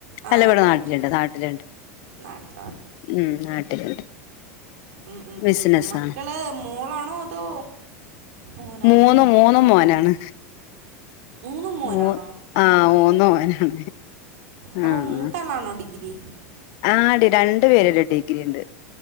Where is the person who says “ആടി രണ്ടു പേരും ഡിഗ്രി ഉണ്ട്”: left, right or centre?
Left